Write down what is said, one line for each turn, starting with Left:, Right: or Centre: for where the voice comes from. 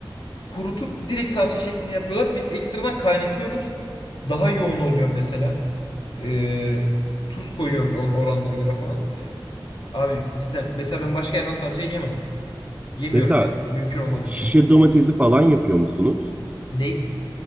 Left: Kurutup direkt salça şeklinde yapıyorlar. Biz ekstradan kaynatıyoruz. Daha yoğun oluyor mesela. E, tuz koyuyoruz onun oranına göre falan. E, abi cidden mesela ben başka yerden salçayı yemem. Yemiyorum
Right: Mesela
Left: yani mümkün olmadıkça.
Right: şişe domatesi falan yapıyor musunuz?
Left: Ney?